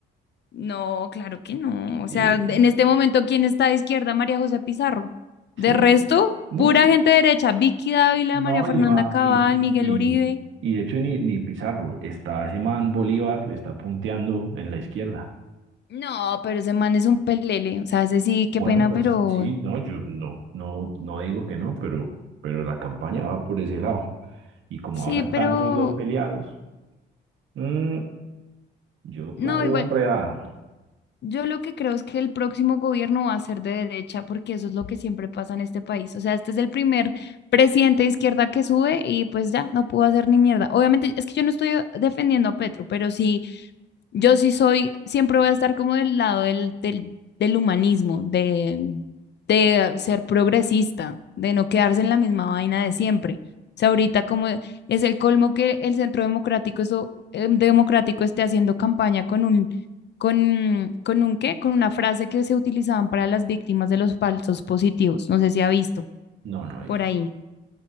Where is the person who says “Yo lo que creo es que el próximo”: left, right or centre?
Left